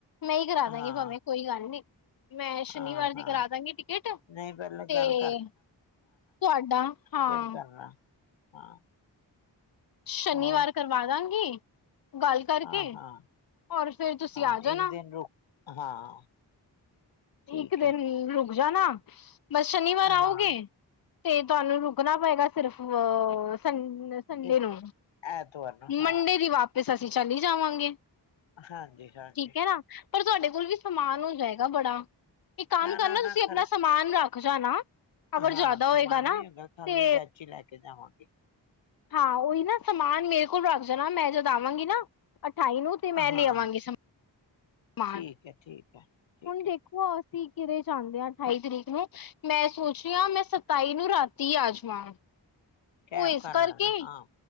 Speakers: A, on the left; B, on the left.
A: ਮੈਂ ਹੀ ਕਰਾ ਦਾਂਗੀ,
B: ਹਾਂ
A: ਭਾਵੇਂ ਕੋਈ ਗੱਲ ਨੀ। ਮੈਂ ਸ਼ਨੀਵਾਰ
B: ਹਾਂ
A: ਦੀ
B: ਹਾਂ
A: ਕਰਾ ਦਾਂਗੀ ਟਿਕਟ,
B: ਨਹੀਂ ਪਹਿਲੇ
A: ਤੇ
B: ਗੱਲ
A: ਤੁਹਾਡਾ ਹਾਂ
B: ਟਿਕਟ ਦਾ, ਹਾਂ
A: ਸ਼ਨੀਵਾਰ
B: ਹੋਰ
A: ਕਰਵਾ ਦਾਂਗੀ ਗੱਲ ਕਰਕੇ,
B: ਹਾਂ ਹਾਂ
A: ਹੋਰ ਫੇਰ ਤੁਸੀਂ
B: ਹਾਂ
A: ਆ ਜਾਣਾ।
B: ਇੱਕ ਦਿਨ ਰੁਕ ਹਾਂ। ਠੀਕ
A: ਇੱਕ ਦਿਨ
B: ਹੈ
A: ਰੁਕ ਜਾਣਾ, ਬਸ ਸ਼ਨੀਵਾਰ ਆਉਗੇ
B: ਹਾਂ
A: ਤੇ ਤੁਹਾਨੂੰ ਰੁਕਣਾ ਪਏਗਾ, ਸਿਰਫ ਅ ਸੰ ਸੰਡੇ
B: ਇੱਕ
A: ਨੂੰ,
B: ਐਤਵਾਰ ਨੂੰ ਹਾਂ
A: ਮੰਡੇ ਦੀ ਵਾਪ ਫ ਅਸੀਂ ਚੱਲ ਹੀ ਜਾਵਾਂਗੇ,
B: ਹਾਂਜੀ ਹਾਂਜੀ
A: ਠੀਕ ਹੈ ਨਾ, ਪਰ ਤੁਹਾਡੇ ਕੋਲ ਵੀ ਸਮਾਨ ਹੋ ਜਾਏਗਾ ਬੜਾ, ਇੱਕ ਕੰਮ
B: ਨਾ ਨਾ
A: ਕਰਨਾ,
B: ਨਾ
A: ਤੁਸੀਂ ਆਪਣਾ
B: ਖਾਲੀ
A: ਸਮਾਨ ਰੱਖ ਜਾਣਾ ਅਗਰ
B: ਹਾਂ
A: ਜ਼ਿਆਦਾ
B: ਸਮਾਨ
A: ਹੋਏਗਾ ਨਾ
B: ਨੀ ਹੈਗਾ, ਖਾਲੀ
A: ਤੇ
B: ਡੈਚੀ ਲੈ ਕੇ ਜਾਵਾਂਗੇ।
A: ਹਾਂ ਉਹੀ ਨਾ ਸਮਾਨ ਮੇਰੇ ਕੋਲ ਰੱਖ ਜਾਣਾ, ਮੈਂ ਜਦ ਆਵਾਂਗੀ ਨਾ ਅਠਾਈ ਨੂੰ, ਤੇ ਮੈਂ
B: ਹਾਂ
A: ਲੈ ਆਵਾਂਗੀ ਸਮਾਨ ਮ
B: ਠੀਕ ਹੈ ਠੀਕ ਹੈ ਠੀਕ
A: ਹੁਣ
B: ਹੈ।
A: ਦੇਖੋ, ਅਸੀਂ ਕਿਰੇ ਜਾਂਦੇ ਹਾਂ ਅਠਾਈ ਤਰੀਕ ਨੂੰ ਮੈਂ ਸੋਚ ਰਹੀ ਹਾਂ, ਮੈਂ ਸਤਾਈ ਨੂੰ ਰਾਤੀ ਆਜਵਾਂ
B: ਕੈਬ
A: ਉਹ, ਇਸ
B: ਕਰ
A: ਕਰਕੇ
B: ਲੈਣਾ ਹਾਂ